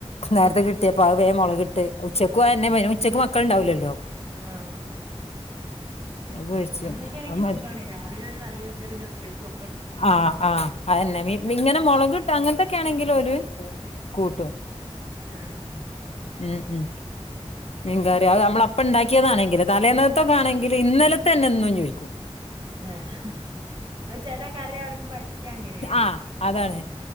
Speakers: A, on the left; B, on the right.
A: നേരത്തെ കിട്ടിയപ്പം അത് വേം മൊളകിട്ട് ഉച്ചക്ക് അതെന്നെ അയിന് ഉച്ചക്ക് മക്കള്ണ്ടാവൂലല്ലോ
B: ആഹ് ആഹ്
A: അത് പൊരിച്ച്
B: അങ്ങനെക്കാണെങ്കി
A: അത് മതി
B: സുഖാണ് രാവിലോരു കറി വെച്ചാ പിന്നെ ഉ ച്ചയ്ക്കും
A: ആഹ് ആഹ് അതെന്നെ മീ ഇങ്ങനെ മൊളകിട്ട് അങ്ങനത്തൊക്കൊണെങ്കില് ഓല് കൂട്ടും
B: ആഹ് ആഹ്
A: ഉം ഉം മീൻക്കറി അത് നമ്മള് അപ്പ ഇണ്ടാക്കിയതാണെങ്കില് തലേന്നത്തതൊക്കാണെങ്കില് ഇന്നലത്തെ തന്നെ ഇന്നും ചോയിക്കും
B: ഏഹ് അത് ചെലേ കറി അവർക്ക് പറ്റ്യാ അങ്ങനെണ്
A: ആഹ് അതാണ്